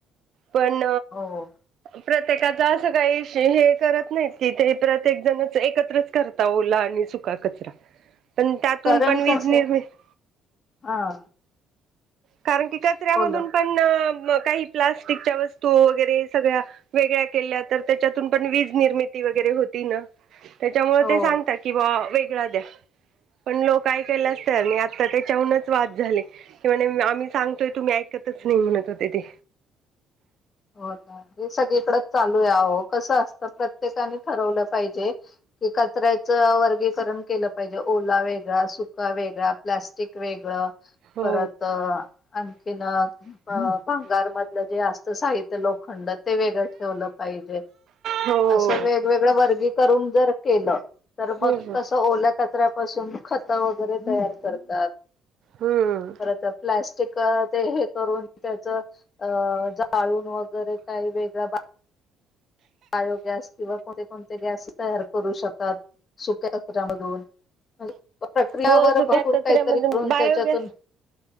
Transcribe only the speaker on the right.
पण
प्रत्येकात असं काही हे करत नाहीत कि ते प्रत्येक जण एकत्रच करता ओला आणि सुका कचरा पण त्यातून
पण वीज
निर्मिती
कारण की कचऱ्यामधून
प मग काही प्लास्टिकच्या वस्तू वगैरे सगळ्या वेगळ्या केल्या तर त्याच्यातून पण वीज निर्मिती वगैरे होती ना. त्याच्यामुळे
ते सांगतात कि मग वेग पण लोक काय के असत म आता त्याच्याहूनच वाद झाली क म्ह सांगतोय तुम्ही ऐकतच नाही म्हणत होते ते.
हो
हो
हम्म
हम्म
हो सुक्या
कचऱ्यामधून
बायोगॅस